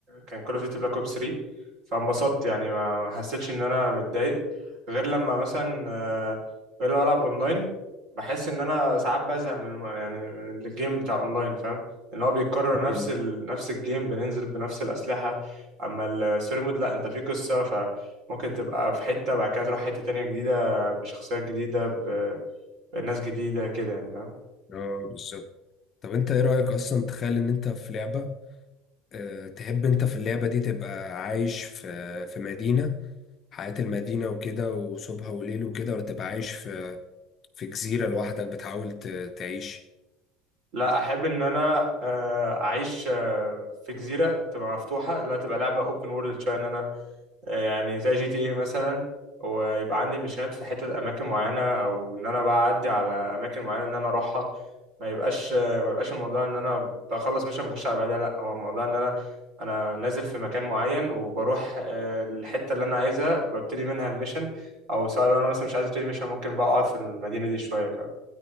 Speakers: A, on the right (about 45°); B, on the left (about 25°).
A: كان كول اوف ديوتي بلاك اوبس 3 فانبسطت يعني ما ما حسيتش ان انا متضايق غير لما مثلا آه، غير لما العب اونلاين بحس ان انا ساعات بزهق من الم- يعني من الجيم بتاع اونلاين فاهم ان هو بيتكرر نفس
B: مم.
A: ال... نفس الجيم بننزل بنفس الاسلحه اما الستوري مود لا انت في قصه فممكن تبقى في حته بعد كده تروح حته تانية جديده بشخصيات جديده ب... بناس جديده كده يعني فاهم
B: اه بالظبط طب انت ايه رأيك اصلا تخيل ان انت في لعبة اه تحب انت في اللعبة دي تبقى عايش في في مدينة حياة المدينة وكده وصبح وليل وكده ولا تبقى عايش في في جزيرة لوحدك بتحاول ت- تعيش
A: لا احب ان انا آه، اعيش آه، في جزيره تبقى مفتوحه اللي هي تبقى لعبه اوبن وورلد شويه ان انا آه، يعني زي جي تي اي مثلا ويبقى عندي مشينات في حته اماكن معينه او ان انا بقى اعدي على اماكن معينه ان انا اروحها ما يبقاش آه، ما يبقاش الموضوع ان انا بخلص مش بخش على بعدها لا هو الموضوع ان انا انا نازل في مكان معين وبروح آه، للحته اللي انا عايزها وببتدي منها الميشن او سواء لو انا مثلا مش عايز ابتدي ميشن ممكن بقى اقعد في المدينه دي شويه فاهم